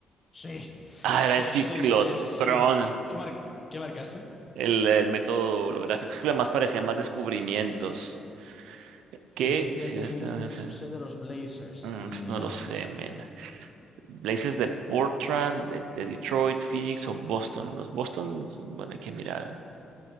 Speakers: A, on the left; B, on the right.
A: Sí,
B: Ah,
A: sí,
B: era el ciclotrón,
A: sí, sí, sí. ¿Qué mar- qué marcaste?
B: el, el método holográfico. Es que lo demás parecía más descubrimientos. ¿Qué?
A: ¿En qué ciudad
B: Si
A: de Estados
B: este
A: Unidos
B: no
A: tienen
B: sé.
A: su sede los Blazers?
B: Mm,
A: No
B: pues, no lo
A: lo
B: sé,
A: sé.
B: men. Blazes de Portland, de de Detroit, Phoenix o Boston. Los Boston, bueno, hay que mirar.